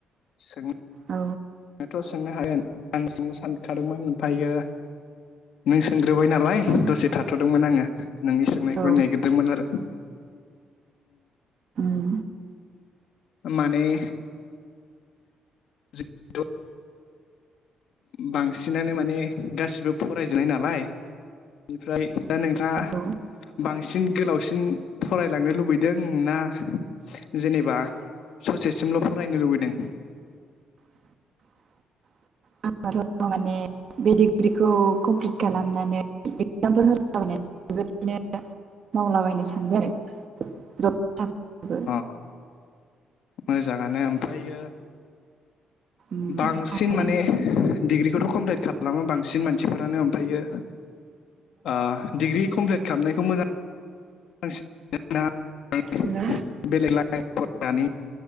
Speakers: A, on the left; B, on the right.
A: सों
B: औ
A: नायाथ' सोंनो हागोन आं सोंनो सानखादोंमोन ओमफायो नों सों बाय नालाय
B: औ
A: दसे थाथ'दोंमोन आङो। नोंनि सोंनायखौ
B: औ
A: नागिरदोंमोन आरो
B: ओम।
A: माने- जिथु बांसिनानो माने गासिबो फरायजोबनाय नालाय बेनिफ्राय दा नोंथाङा
B: औ
A: बांसिन गोलावसिन फरायलांनो लुबैदों ना जेनेबा ससेसिमल' फरायनो लुबैदों
B: <inaudible> आं र' माने बे डिग्रिखौ कमप्लिट खालामनानै एक्जामफोर होलाबायनानै बेबायदिनो मावलाबायनो सानबाय आरो जब साबो
A: अ माने जागानो ओमफायो
B: नोंथाङालाय
A: बांसिन माने डिग्रिखौथ' कमप्लिट खालामो बांसिन मानसिफोरानो आमफायो ओ डिग्रि कमप्लिट खालामनायखौ मोजां <unintelligible>
B: हेलौ
A: बेलेग लाइन फरायनानै